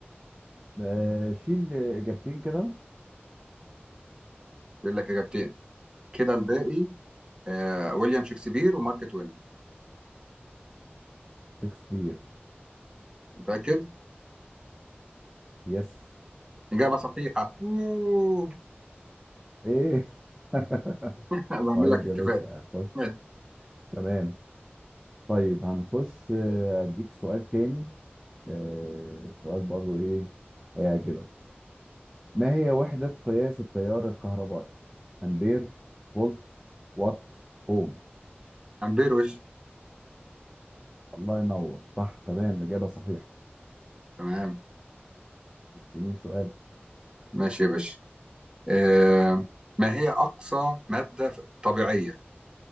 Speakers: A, in the centre; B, on the right (about 20°).
A: آه شيل اجابتين كده
B: يقول لك اجابتين كده الباقي آه، ويليام شكسبير ومارك توين
A: شكسبير
B: متاكد
A: يس
B: إجابة صحيحة أوه.
A: ايه <laughs>
B: <laughs> بعمل
A: طيب
B: لك احتفال
A: يا باشا خش
B: ماشي
A: تمام طيب هنخش آه، اديك سؤال تاني آه، سؤال برضو ايه هيعجبك ما هي وحدة قياس التيار الكهربائي؟ أمبير فولت وات أوم
B: أمبير وش
A: الله ينور صح تمام إجابة صحيحة
B: تمام
A: اديني سؤال
B: ماشي يا باشا آه. ما هي أقصى مادة ف- طبيعية